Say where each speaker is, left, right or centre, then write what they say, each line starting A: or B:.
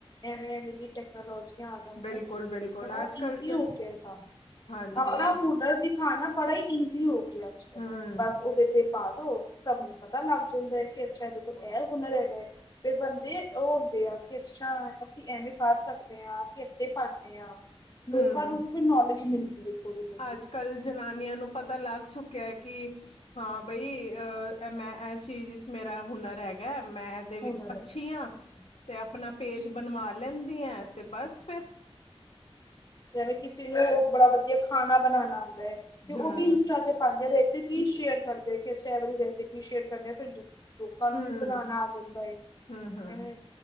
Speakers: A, on the left; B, on the left.
A: ਐਵੇਂ-ਐਵੇਂ ਦੀ ਟੈਕਨੋਲੋਜੀਆਂ ਆ ਜਾਂਦੀਆਂ
B: ਬਿਲਕੁਲ-ਬਿਲਕੁਲ
A: ਕਿ ਥੋੜਾ
B: ਅੱਜ-ਕੱਲ
A: ਈਜ਼ੀ
B: ਤੇ
A: ਹੋ ਗੇਯਾ ਐ ਕਾੰਮ,
B: ਹਾਂਜੀ,
A: <unintelligible> ਹਾਂਨਾ, ਬੜਾ ਈਜ਼ੀ ਹੋ ਗੇਆ ਅੱਜ-ਕੱਲ,
B: ਹੂੰ,
A: ਬਸ ਓਦੇ ਤੇ ਪਾਦੋ ਸਬ ਨੂੰ ਪਤਾ ਨਵਜੀਂਦਰ ਦਾ ਕਿ ਅੱਛਾ ਐਦੇ ਕੋਲ ਐ ਹੁਨਰ ਹੈਗੈ ਫੇਰ ਬੰਦੇ ਓ ਹੁੰਦੇ ਆ ਅੱਛਾ, ਅਸੀਂ ਐਵੇਂ ਕਾਰ ਸਕਦੇ ਆਂ ਅਸੀਂ ਅੱਦੇ ਪਾਨੇ ਆ। ਲੋਕਾਂ
B: ਹੂੰ।
A: ਨੂੰ ਵੀ ਫਿਰ ਨੌਲੇਜ ਮਿਲਦੀ ਏ ਥੋੜੀ ਬੋਤ
B: ਅੱਜ-ਕੱਲ ਜਨਾਨੀਆਂ ਨੂੰ ਪਤਾ ਲਾੱਗ ਚੁੱਕੇਆ ਐ ਕਿ, ਹਾਂ ਬਈ ਅ ਐ ਮੈਂ ਐ ਚੀਜ ਚ ਮੇਰਾ ਹੁੱਨਰ ਹੈਗੈ ਮੈਂ ਐਦੇ ਵਿੱਚ
A: ਹੁਨਰ
B: ਅੱਛੀ
A: ਹੈਗਾ
B: ਆ, ਤੇ ਅਪਨਾ ਪੇਜ
A: ਅੱਛਾ
B: ਬਨਵਾ ਲ ਲੇਂਦੀ ਆ ਤੇ ਬਾਸ ਫੇਰ
A: ਜਿਵੇਂ ਕਿਸੇ ਨੂੰ ਬੜਾ ਵਦੀਆ ਖਾਨਾ ਬਨਾਨਾ ਆਂਦੈ,
B: ਹੂੰ,
A: ਤੇ ਓ ਵੀ ਇੰਸਟਾ ਤੇ ਪਾ ਰੇਸਿਪੀ ਸ਼ੇਅਰ ਕਰਦੇ, ਤੇ ਕੇ ਅੱਛਾ ਐ ਵਾਲੀ ਰੇਸਿਪੀ ਸ਼ੇਅਰ ਕਰਨੇ ਆ ਫਿਰ ਦੁ ਲੋਕਾਂ ਨੂੰ
B: ਹੂੰ,
A: ਵੀ ਬਨਾਨਾ ਆ ਜਾਂਦਾ ਏ,
B: ਹੂੰ, ਹੂੰ।
A: ਐਵੇਂ